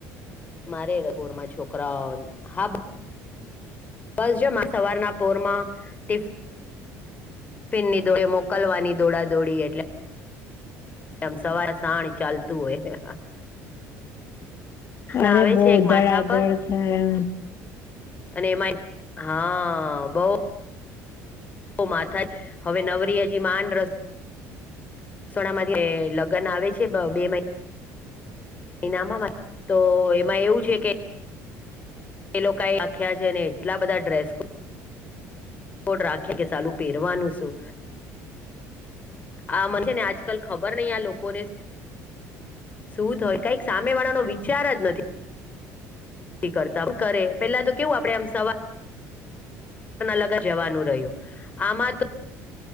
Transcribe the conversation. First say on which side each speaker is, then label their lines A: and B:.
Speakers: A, on the left; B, on the left.
A: મારેપોરમાં છોકરાઓ હા. બસ જમા સવારના પોરમાં ટિફ ફિનની દોડે મોકલવાની દોડા દોડી એટલે આમ સવારે સાણી ચાલતું હોય.
B: અરે
A: આવે
B: બહ
A: છે એક
B: ધડાધડ
A: માથા પર
B: થાય એમ
A: અને એમાં હા બઉ માથા હવે નવરીયજી માન રસ સોણા માંથી લગ્ન આવે છે બે મહિના નામામાં તો એમાં એવું છે, કે એ લોકો એ આખ્યા છે ને એટલા બધા ડ્રેસ ડ રાખે કે ચાલું પહેરવાનું શું આ મન ને આજકાલ ખબર નહી આ લોકોને શું થય કઈક સામે વાળા નો વિચાર જ નથી. કરતા કરે પેલા તો કેવું આપડે આમ સવાર લગ જવાનું રહ્યું આમાં તો